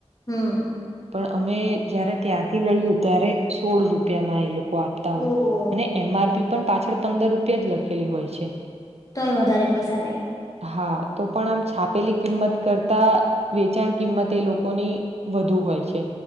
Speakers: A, on the left; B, on the right.
A: હમ.
B: પણ અમે જયારે ત્યાંથી લઈએ ત્યારે સોળ રૂપિયામાં એ લોકો આપ
A: તો
B: અને એમ આરપી પણ પાછળ પંદર રૂપિયા જ લખેલી હોય છે.
A: તોય વધારે પૈસા લાગ
B: હા તો પણ આમ છાપેલી કિંમત કરતા વેચાણ કિંમત એ લોકોની વધુ હોય છે.